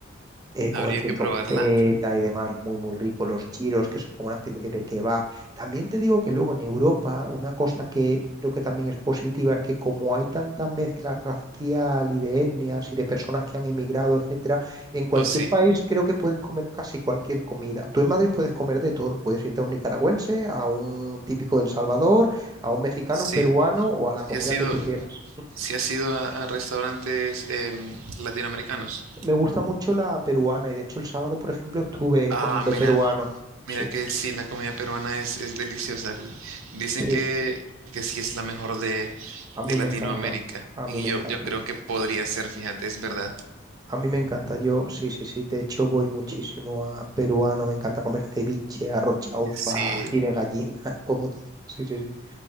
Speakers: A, on the right; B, on the right.
A: eh, con
B: habría
A: el queso
B: que probarla.
A: feta y demás, muy, muy rico, los gyros, que son como una especie de kebab. También te digo que luego en Europa, una cosa que creo que también es positiva es que como hay tanta mezcla racial y de etnias y de personas que han emigrado, etcétera, en cualquier
B: Oh, sí,
A: país creo que puedes comer casi cualquier comida. Tú en Madrid puedes comer de todo, puedes irte a un nicaragüense, a un típico del Salvador, a un mexicano,
B: sí,
A: un peruano o a la
B: sí
A: comida
B: has ido,
A: que tú quieras.
B: sí has ido a, a restaurantes em, latinoamericanos.
A: Me gusta mucho la peruana y de hecho el sábado, por ejemplo, estuve
B: Ah,
A: comiendo
B: mira,
A: peruano.
B: mira
A: Sí,
B: que sí, la comida peruana es, es deliciosa. Dicen
A: sí,
B: que, que sí es la mejor de,
A: a
B: de
A: mí
B: Latinoamérica
A: me encanta. A
B: y
A: mí me
B: yo,
A: encanta.
B: yo creo que podría ser, fíjate, es verdad.
A: A mí me encanta. Yo, sí, sí, sí. De hecho, voy muchísimo a peruano. Me encanta comer ceviche, arroz chaufa,
B: Sí,
A: ají de gallina, <laughs> todo, todo. Sí, sí, sí.